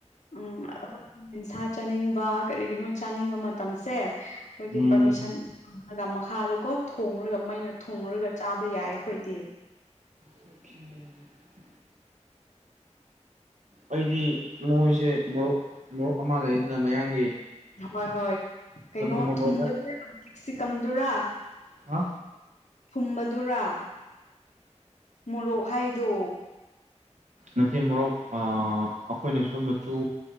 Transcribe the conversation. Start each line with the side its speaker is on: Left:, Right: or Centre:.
Left: ꯎꯝ ꯑꯩꯈꯣꯏ ꯁꯥ ꯆꯥꯅꯤꯡꯕ ꯀꯔꯤꯒꯤꯅꯣ ꯆꯥꯅꯤꯡꯕ ꯃꯇꯝꯁꯦ ꯑꯩꯈꯣꯏꯗꯤ
Right: ꯎꯝ
Left: ꯄꯔꯃꯤꯁꯟ ꯐꯪꯉꯒ ꯃꯈꯥꯗꯣꯀꯣ ꯊꯣꯡꯉꯔꯒ ꯃꯩꯅ ꯊꯣꯉꯔꯒ ꯆꯥꯕ ꯌꯥꯏ ꯑꯩꯈꯣꯏꯗꯤ
Right: ꯑꯣ <inaudible> ꯑꯩꯗꯤ ꯃꯣꯏꯁꯦ ꯃꯔꯣꯛ ꯃꯔꯣꯛ ꯑꯃ ꯂꯩꯗꯅ ꯃꯌꯥꯡꯒꯤ
Left: ꯍꯣꯏ ꯍꯣꯏ ꯀꯩꯅꯣ
Right: ꯑꯗꯨꯒꯨꯝꯕ ꯃꯣꯔꯣꯛ
Left: ꯊꯨꯝꯕꯗꯨꯁꯤꯀꯝꯗꯨꯔꯥ
Right: ꯌꯥꯝ ꯍꯥ
Left: ꯊꯨꯝꯕꯗꯨꯔ ꯃꯣꯔꯣꯛ ꯍꯥꯏꯗꯣ
Right: ꯅꯠꯇꯦ ꯃꯣꯔꯣꯛ ꯑꯩꯈꯣꯏꯅꯁꯨ ꯃꯆꯨ